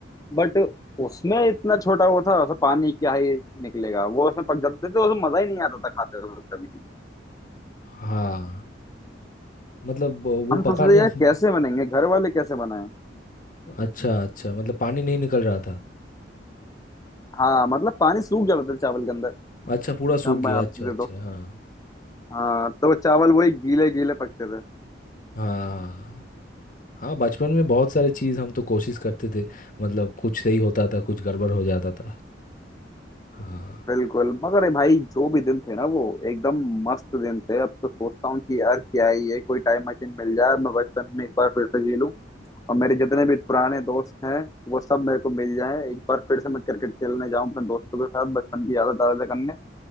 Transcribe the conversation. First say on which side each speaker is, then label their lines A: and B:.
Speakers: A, on the left; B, on the left.
A: बट उसमें इतना छोटा वो था उसमें पानी क्या ही निकलेगा वो उसमें पक जाते थे तो उसमें मजा ही नहीं आता था खाते वक्त कभी
B: हाँ मतलब वो
A: हम
B: पका
A: सोचते
B: नहीं
A: थे यार
B: थी
A: कैसे बनेंगे घर वाले कैसे बनाए
B: अच्छा अच्छा मतलब पानी नहीं निकल रहा था
A: हाँ मतलब पानी सूख जाता था चावल के अंदर
B: अच्छा
A: जब
B: पूरा सूख
A: हम
B: गया
A: बनाते
B: अच्छा अच्छा
A: थे तो
B: हाँ
A: हाँ तो चावल वही गीले गीले पकते थे
B: हाँ हाँ बचपन में बहुत सारी चीज़ हम तो कोशिश करते थे मतलब कुछ सही होता था कुछ गड़बड़ हो जाता था हाँ
A: बिल्कुल मगर ये भाई जो भी दिन थे ना वो एकदम मस्त दिन थे अब तो सोचता हूँ कि यार क्या ही है कोई टाइम मशीन मिल जाए मैं बचपन में एक बार फिर से जी लूँ और मेरे जितने भी पुराने दोस्त हैं वो सब मेरे को मिल जाए एक बार फिर से मैं क्रिकेट खेलने जाऊँ अपने दोस्तों के साथ बचपन की यादें ताज़ा करने